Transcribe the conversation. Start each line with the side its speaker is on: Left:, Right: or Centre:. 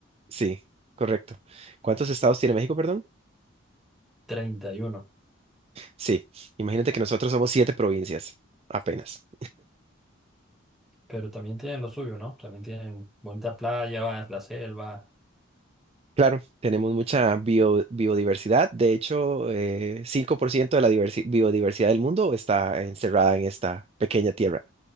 Right: Sí, correcto. ¿Cuántos estados tiene México, perdón?
Centre: 31.
Right: Sí, imagínate que nosotros somos siete provincias, apenas.
Centre: Pero también tienen lo suyo, ¿no? También tienen bonita playa, la selva.
Right: Claro, tenemos mucha bio- biodiversidad. De hecho, eh, 5% de la diversi- biodiversidad del mundo está encerrada en esta pequeña tierra.